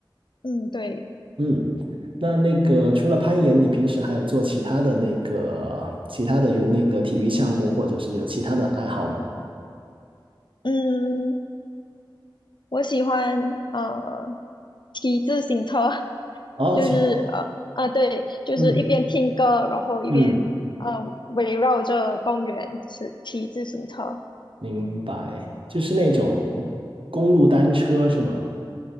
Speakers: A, on the left; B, on the right.
A: 嗯，对，
B: 嗯，那那个除了攀岩，你平时还有做其他的那个其他的有那个体育项目，或者是有其他的爱好吗？
A: 嗯。我喜欢呃骑自行车，<laughs>
B: 哦，
A: 就是呃呃对，
B: 其
A: 就是一边听歌，
B: 嗯
A: 然后一边呃围绕着公园骑骑自行车。
B: 嗯，明白，就是那种公路单车是吗？